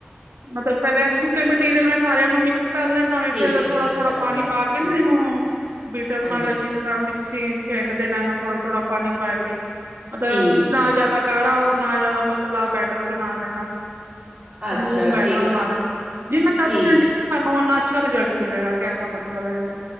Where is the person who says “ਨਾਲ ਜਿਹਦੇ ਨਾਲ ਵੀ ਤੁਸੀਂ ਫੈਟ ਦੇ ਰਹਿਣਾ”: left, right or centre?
Right